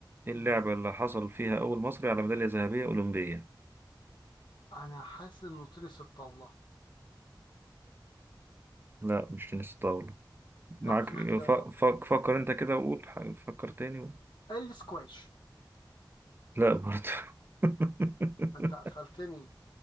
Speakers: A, on the right; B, on the left.
A: إيه اللعبة
B: مم.
A: اللي حصل فيها أول مصري على ميدالية ذهبية أولمبية
B: انا حاسس انه تنس الطاولة
A: لا مش تنس الطاولة معاك
B: طب في اختيارات
A: ف... ف... فكر انت كده وقول ح- فكر تاني و...
B: السكواش
A: لا برضه <laughs>
B: انت قفلتني